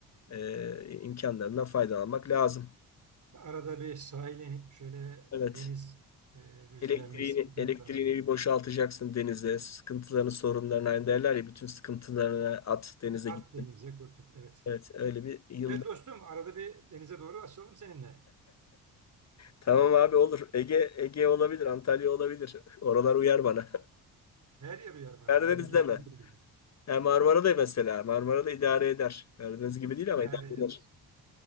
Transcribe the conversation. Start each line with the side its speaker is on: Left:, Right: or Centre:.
Left: ee, imkanlarından faydalanmak lazım.
Right: Arada bir sahile inip şöyle
Left: Evet.
Right: deniz e, rüzgarını
Left: Elektriğini,
Right: hissetmek
Left: elektriğini
Right: lazım.
Left: bir boşaltacaksın denize. Sıkıntılarını, sorunlarını aynı derler ya bütün sıkıntılarını at denize
Right: At
Left: gittin.
Right: denize kurtul. Evet.
Left: Evet öyle bir yılda.
Right: Evet dostum arada bir denize doğru açılalım seninle.
Left: Tamam abi olur. Ege Ege olabilir, Antalya olabilir. <laughs> Oralar uyar bana.
Right: Her yer uyar
Left: <laughs>
Right: bana.
Left: Karadeniz
Right: Memleketim
Left: deme.
Right: gibi güzel.
Left: Ya Marmara da mesela. Marmara da idare eder. Karadeniz gibi
Right: İdare
Left: değil ama idare
Right: edilir.
Left: eder.